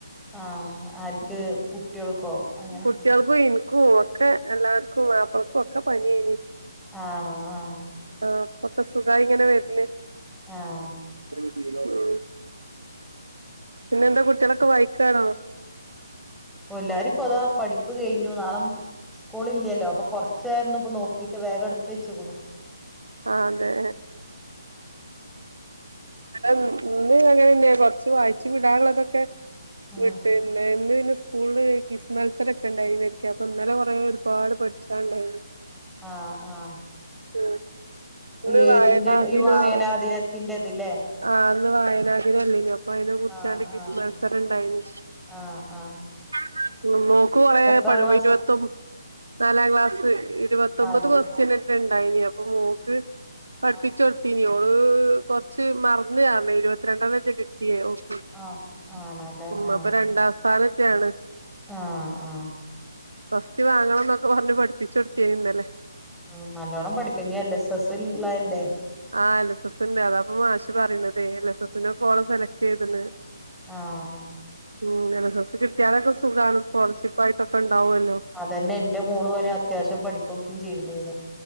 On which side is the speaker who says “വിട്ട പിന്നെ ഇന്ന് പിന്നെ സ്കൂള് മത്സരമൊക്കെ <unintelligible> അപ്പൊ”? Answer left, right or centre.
Right